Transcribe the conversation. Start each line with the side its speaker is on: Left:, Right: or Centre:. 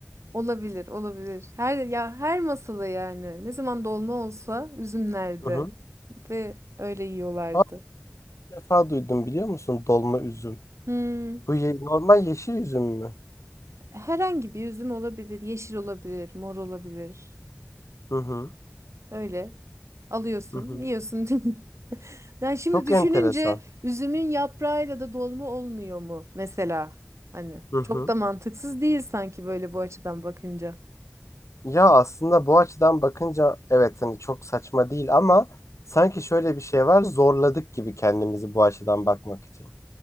Right: Olabilir, olabilir. Her ya her masada yani ne zaman dolma olsa üzüm nerede
Left: Hı hı.
Right: ve öyle yiyorlardı.
Left: Aa, bir defa duydum biliyor musun dolma üzüm.
Right: Hmm,
Left: Bu ye- normal yeşil üzüm mü?
Right: herhangi bir üzüm olabilir, yeşil olabilir, mor olabilir.
Left: Hı hı.
Right: Öyle. Alıyorsun,
Left: Hı hı.
Right: yiyorsun. <laughs> Yani şimdi
Left: Çok enteresan.
Right: düşününce üzümün yaprağıyla da dolma olmuyor mu mesela? Hani
Left: Hı hı.
Right: çok da mantıksız değil sanki böyle bu açıdan bakınca.
Left: Ya aslında bu açıdan bakınca evet hani çok saçma değil ama sanki şöyle bir şey var zorladık gibi kendimizi bu açıdan bakmak için.